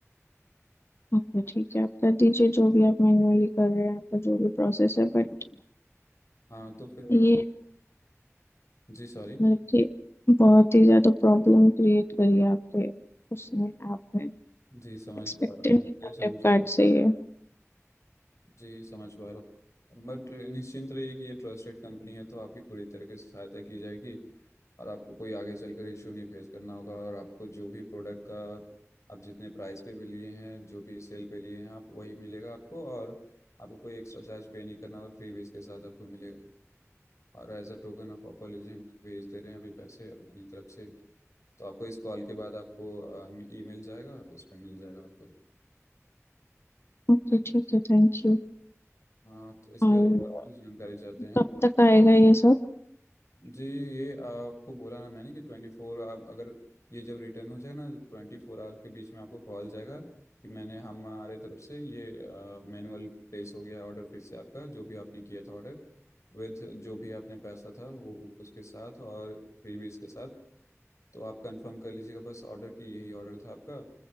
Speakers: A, on the left; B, on the left.
A: ओके ठीक है आप कर दीजिए जो भी आप मैन्युअली कर रहे हैं आपका जो भी प्रोसेस है बट
B: हाँ तो फिर
A: ये
B: जी सॉरी
A: मतलब कि बहुत ही ज्यादा प्रॉब्लम क्रिएट करी है आपके उसने ऐप में
B: जी समझ
A: एक्सपेक्टेड
B: पा रहा
A: नहीं
B: हूँ मैं
A: था फ्लिपकार्ट
B: समझ पा रहा हूँ।
A: से ये
B: जी समझ पा रहा हूँ बट निश्चिंत रहिए कि ये ट्रस्टेड कंपनी है तो आपकी पूरी तरह से सहायता की जाएगी और आपको कोई आगे चलकर इशू नहीं फेस करना होगा और आपको जो भी प्रोडक्ट का आप जितने प्राइस पे भी लिए हैं जो भी सेल पे लिए हैं आप वही मिलेगा आपको और आपको कोई एक्स्ट्रा चार्ज पे नहीं करना होगा फ्री बेस के साथ आपको मिलेगा और as a token of apology हम भेज दे रहे हैं अभी पैसे अपनी तरफ से तो आपको इस कॉल के बाद आपको ई मिल जाएगा उस पर मिल जाएगा आपको
A: ओके ठीक है थैंक यू
B: हाँ तो इसके
A: और
B: अलावा और कुछ जानकारी चाहते हैं आप?
A: कब तक आएगा ये सब
B: जी ये आपको बोला ना मैंने कि ट्वेंटी फोर आप अगर ये जब रिटर्न हो जाए ना तो ट्वेंटी फोर आवर के बीच में आपको कॉल जाएगा कि मैंने हमारे तरफ से ये मैनुअल प्लेस हो गया है ऑर्डर फिर से आपका जो भी आपने किया था ऑर्डर विथ जो भी आपने पैसा था वो उसके साथ और फ्रीबीज के साथ तो आप कंफर्म कर लीजिएगा बस ऑर्डर की यही ऑर्डर था आपका